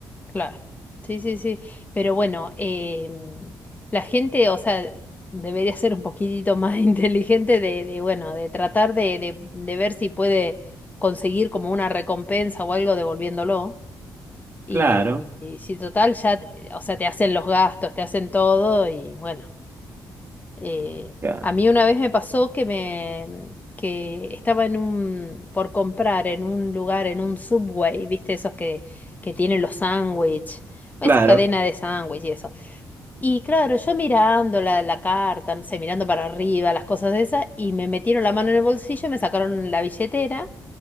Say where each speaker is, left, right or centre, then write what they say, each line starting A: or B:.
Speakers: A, on the left; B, on the right.
A: claro. Sí, sí, sí. Pero bueno, em, la gente, o sea, debería ser un poquitito más <laughs> inteligente de, de, bueno, de tratar de, de de ver si puede conseguir como una recompensa o algo devolviéndolo. Y,
B: Claro,
A: y si total, ya, te- o sea, te hacen los gastos, te hacen todo y bueno. eh,
B: claro,
A: a mí una vez me pasó que me, que estaba en un, por comprar en un lugar, en un Subway, ¿viste? Esos que, que tienen los sándwiches, esa
B: claro,
A: cadena de sándwiches y eso. Y claro, yo mirando la, la carta, no sé, mirando para arriba, las cosas de esas, y me metieron la mano en el bolsillo, y me sacaron la billetera.